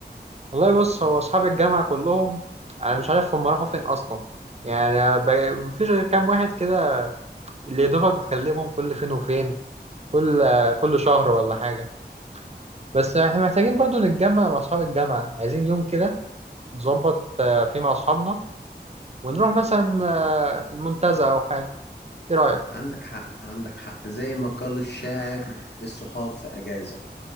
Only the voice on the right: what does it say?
والله بص هو اصحاب الجامعه كلهم انا مش عارف هم راحوا فين اصلا يعني ب... مفيش غير كام واحد كده اللي يا دوبك بكلمهم كل فين وفين كل كل شهر ولا حاجه بس احنا محتاجين برضو نتجمع مع اصحاب الجامعه عايزين يوم كده نظبط آه، فيه مع اصحابنا ونروح مثلا آه، المنتزه او حاجه ايه رايك